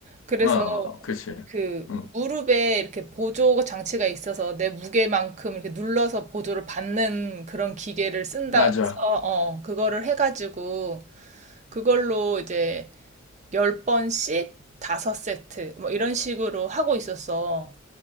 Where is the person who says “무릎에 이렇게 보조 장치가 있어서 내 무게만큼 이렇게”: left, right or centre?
Right